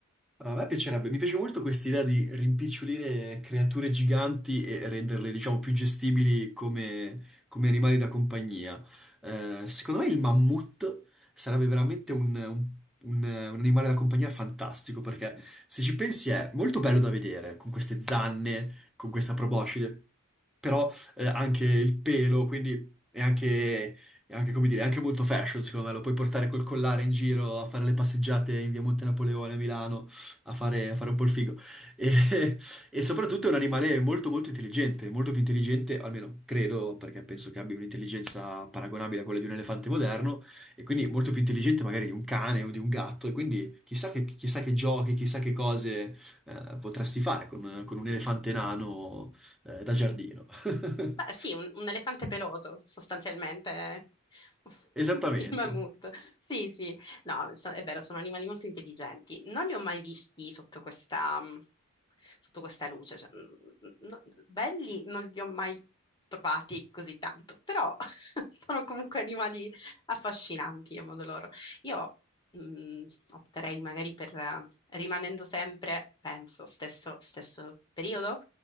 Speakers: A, in the centre; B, on the left.
A: No, a me piacerebbe, mi piace molto questa idea di rimpicciolire creature giganti e renderle, diciamo, più gestibili come, come animali da compagnia. Eh, secondo me il mammut sarebbe veramente un, un- un- un animale da compagnia fantastico, perché se ci pensi è molto bello da vedere, con queste zanne, con questa proboscide, però eh, anche il pelo, quindi è anche, è anche, come dire, è anche molto fashion, secondo me, lo puoi portare col collare in giro a fare le passeggiate in via Monte Napoleone a Milano a fare, a fare un po' il figo. E, <laughs> e soprattutto è un animale molto molto intelligente, molto più intelligente, almeno credo, perché penso che abbia un'intelligenza paragonabile a quella di un elefante moderno, e quindi molto più intelligente magari di un cane o di un gatto, e quindi chissà che, chissà che giochi, chissà che cose eh, potresti fare con, con un elefante nano eh, da giardino. <laughs>
B: Beh, sì, un, un elefante peloso, sostanzialmente. <laughs>
A: Esattamente.
B: Il mammut. Sì, sì. No, so- è vero, sono animali molto intelligenti. Non li ho mai visti sotto questa, mm, sotto questa luce. cioè, mm, mm, no- belli non li ho mai trovati così tanto, però <laughs> sono comunque animali affascinanti a modo loro. Io mm, opterei magari per, eh, rimanendo sempre, penso, stesso stesso periodo,